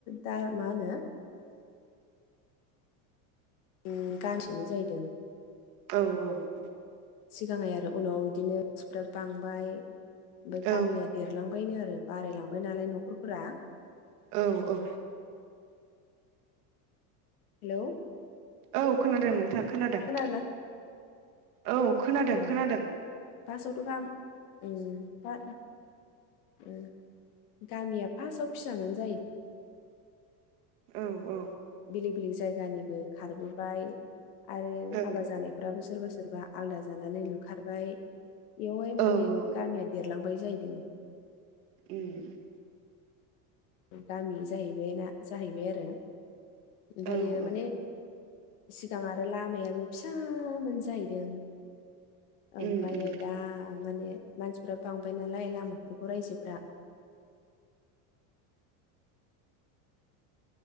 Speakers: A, on the left; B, on the right.
A: दा मा होनो ओ गानसोमोन जाहैदों।
B: औ - औ।
A: सिगाङै आरो उनाव एदिनो मानसिफ्रा बांबाय ओमफ्राय
B: औ
A: गामिया देर रलांबायनो आरो बारायलांबाय नालाय न'खरफोरा
B: औ - औ।
A: हेलौ
B: औ खोनादों नोंथां। खोनादों
A: खोनादोंना।
B: औ खोनादों
A: उम
B: - खोनादों।
A: फार्स्टआवथ' गाम ओम दा ओ गामिया फार्स्टआव फिसा मोन जायो
B: औ -औ।
A: बेलेग - बेलेग जायगानिबो खारबोबाय आरो
B: औ
A: हाबा जानाय फ्राबो सोरबा सोरबा आलादा जानानै लुखारबाय बेयावहाय
B: औ
A: माने
B: औ
A: गामिया देर लांबाय जाहैदों
B: उम।
A: गामि जाहैबाय ना जाहैबाय आरो ओमफायो
B: औ औ
A: माने सिगां आरो लामायाबो फिसामोन जाहैदों ओमफ्रायो
B: उम उम
A: दा माने मानसिफ्रा बांबाय नालाय लामाफोरखौ रायजोफ्रा